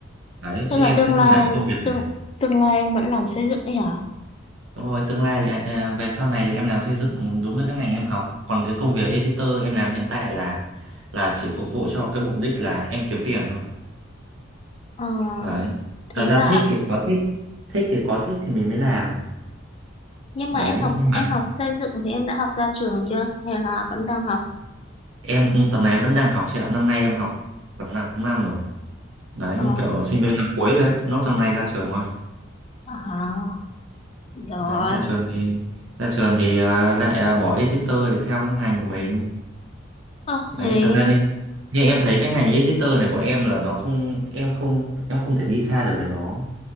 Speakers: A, on the right; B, on the left.
A: đấy
B: Thế
A: chứ
B: là
A: em
B: tương
A: sẽ không
B: lai
A: làm công việc
B: tương
A: này
B: tương lai em vẫn làm xây dựng ấy hả?
A: Đúng rồi, tương lai là à, về sau này thì em làm xây dựng đúng với các ngành em học. Còn cái công việc editor em làm hiện tại là là chỉ phục vụ cho cái mục đích là em kiếm tiền thôi.
B: Ờ,
A: Đấy.
B: thế
A: Thật ra
B: là
A: thích thì có thích, thích thì có thích thì mình mới làm.
B: nhưng
A: Đấy,
B: mà em học
A: nhưng mà
B: em học xây dựng thì em đã học ra trường chưa? Hay là vẫn đang học?
A: em tầm này em vẫn đang học chị ạ. Năm nay em học khoảng 5 năm rồi. Đấy,
B: Ờ,
A: cũng kiểu sinh viên năm cuối rồi đấy, nốt năm nay ra trường rồi.
B: à, rồi.
A: Đấy, ra trường thì ra trường thì à, lại à, bỏ editor để theo cái ngành của mình.
B: Ờ,
A: đấy
B: thế
A: thật ra như như em thấy cái ngành editor này của em là nó không em không em không thể đi xa được với nó